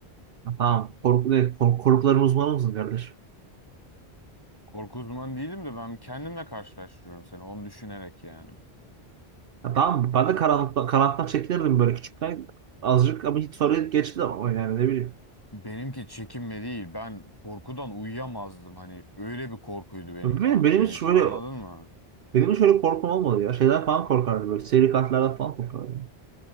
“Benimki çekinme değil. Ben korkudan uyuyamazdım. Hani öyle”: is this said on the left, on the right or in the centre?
Left